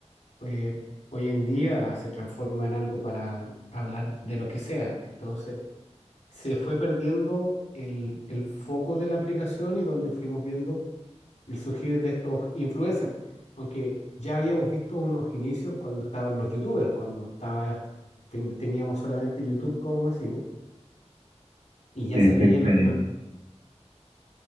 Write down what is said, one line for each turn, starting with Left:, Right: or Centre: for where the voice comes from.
Left: eh, hoy en día se transforma en algo para hablar de lo que sea. Entonces, se fue perdiendo el, el foco de la aplicación y donde fuimos viendo el surgir de estos influencers. Aunque ya habíamos visto unos inicios cuando estaban los youtubers, cuando estaba, ten- teníamos solamente YouTube como masivo y ya
Right: Sí,
Left: se veían
Right: sí, sí.
Left: los primeros.